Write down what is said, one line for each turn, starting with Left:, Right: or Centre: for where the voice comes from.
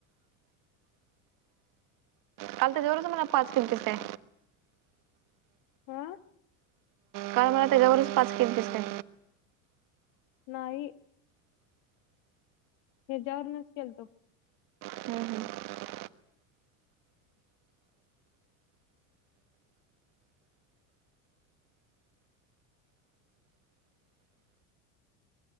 Right: काल त्याज्यावरच मला पाच केलतीस काय?
Left: हा
Right: काय म त्याच्यावरच पाच केलतीस काय
Left: नाही. हेच्यावर नच केलतो.
Right: <inaudible>